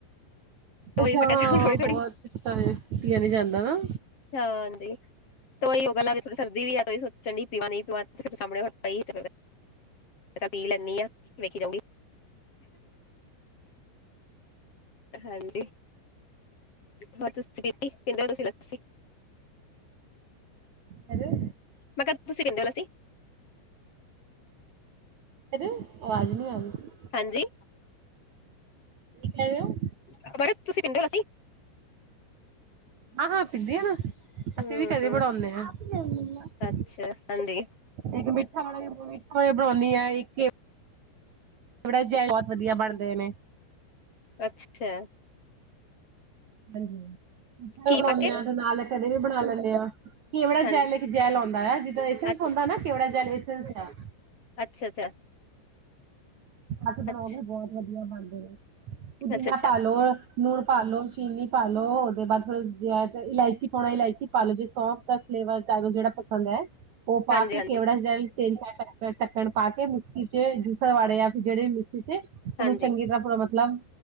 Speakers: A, on the right (about 55°); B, on the left (about 30°).
A: ਅੱਛਾ
B: ਮੈਂ ਕਿਹਾ
A: ਹਾਂ
B: ਚੱਲ ਥੋੜੀ ਥੋੜੀ
A: ਬਹੁਤ ਖੱਟਾ ਪੀਆ ਨੀ ਜਾਂਦਾ ਨਾ।
B: ਹਾਂ ਜੀ। ਤਾਂ ਉਹੀ ਉਹ ਗੱਲਾਂ ਵੀ ਥੋੜ ਸਰਦੀ ਵੀ ਆ ਤਾਂ ਉਹੀ ਸੋਚਣ ਡੀ ਪੀਵਾਂ ਨਹੀਂ ਪੀਵਾ ਫੇਰ ਸਾਹਮਣੇ ਪਾਈ ਫ- ਮੈਂ ਕਿਹਾ ਪੀ ਲੈਂਦੀ ਆ, ਵੇਖੀ ਜਾਊਗੀ। ਹਾਂਜੀ ਹੋ ਤੁਸੀ ਪੀਤੀ, ਪੀਂਦੇ ਹੋ ਤੁਸੀਂ ਲੱਸੀ?
A: ਹੈਲੋ।
B: ਮੈਂ ਕਿਹਾ ਤੁਸੀਂ ਪੀਂਦੇ ਹੋ ਲੱਸੀ?
A: ਕਿਦੇ ਆਵਾਜ਼ ਨਹੀਂ ਆਉਂਦੀ।
B: ਹਾਂਜੀ।
A: ਕੀ ਕਹਿ ਰਹੇ ਓ?
B: ਮੈਂ ਕਹਿ ਰਹੀ ਆ ਤੁਸੀਂ ਪਿੰਦੇ ਹੋ ਲੱਸੀ?
A: ਹਾਂ ਹਾਂ ਪੀਦੀ ਆ ਨਾ, ਅਸੀਂ
B: ਹੂੰ
A: ਵੀ ਕਦੇ ਬਨਾਉਣੇ ਆਂ। <unintelligible>
B: ਅੱਛਾ ਹਾਂਜੀ
A: ਇੱਕ ਮਿੱਠਾ ਵਾਲੇ ਵੀ ਮਿੱਠਾ ਵਾਲੇ ਬਣਾਉਂਦੀ ਆ ਇੱਕ। ਥੋੜਾ ਜਿਹਾ ਬਹੁਤ ਵਧੀਆ ਬਣਦੇ ਨੇ।
B: ਪਰ ਚਿਥਿਆ।
A: ਹਾਂਜੀ ਹਾਂਜੀ, <unintelligible>
B: ਘੀ
A: ਬਣਾਉਂਦੇ
B: ਪਾ ਕੇ
A: ਆਂ ਤੇ ਨਾਲ ਕਦੇ ਵੀ ਬਣਾ ਲੈਣੇ ਆਂ। ਕੇਵੜਾ
B: ਹਾਂਜੀ
A: ਜੈਲ ਇੱਕ ਜੈਲ ਆਉਂਦਾ ਆ, ਜਿਦਾਂ ਏਸ
B: ਅੱਛਾ
A: ਹੁੰਦਾ ਨਾ ਕੇਵੜਾ ਜੈਲ ਸ
B: ਅੱਛਾ ਅੱਛਾ।
A: ਅਸੀਂ ਬਣਾਉਂਦੇ
B: ਅੱਛਾ
A: ਆ ਬਹੁਤ ਵਧੀਆ ਬਣਦੇ ਨੇ, ਪੁਦੀਨਾ
B: ਅੱਛਾ ਅੱਛਾ
A: ਪਾਲ ਲੋ ਲੂਣ ਪਾਲ ਲੋ, ਚੀਨੀ ਪਾ ਲੋ, ਉਹਦੇ ਬਾਅਦ ਫਿਰ ਜਿਆ ਇਲਾਇਚੀ ਪਾਉਣਾ ਇਲਾਇਚੀ ਪਾ ਲੋ, ਜੇ ਸੌ ਫਲੇਵਰ ਤੁਹਾਨੂੰ ਜਿਹੜਾ ਪਸੰਦ ਐ। ਉਹ ਪਾ
B: ਹਾਂਜੀ
A: ਕੇ
B: ਹਾਂਜੀ
A: ਕੇਵੜਾ ਜਲ ਤਿੰਨ-ਚਾਰ ਟੱਕਣ ਟੱਕਣ ਪਾ ਕੇ ਮੀਕਸੀ ਚ ਜੂਸਰ ਵਾਲੇ ਜਾਂ ਫਿਰ ਜਿਹੜੇ ਮਿਕਸੀ ਚ ਉਹਨੂੰ
B: ਹਾਂਜੀ
A: ਚੰਗੀ ਤਰ੍ਹਾਂ ਪੂਰਾ ਮਤਲਬ